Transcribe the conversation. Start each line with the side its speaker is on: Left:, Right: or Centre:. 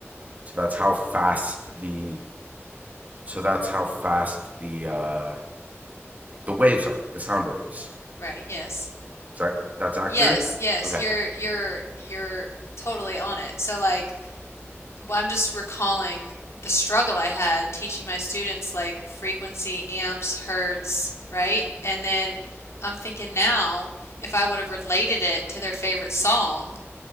Right: So that's how fast the, so that's how fast the, uh, the waves are, the sound waves.
Left: Right. Yes.
Right: Is that, that's accurate?
Left: Yes, yes.
Right: Okay.
Left: You're you're you're totally on it. So like well, I'm just recalling the struggle I had teaching my students like frequency, amps, hertz, right? And then I'm thinking now, if I would have related it to their favorite song,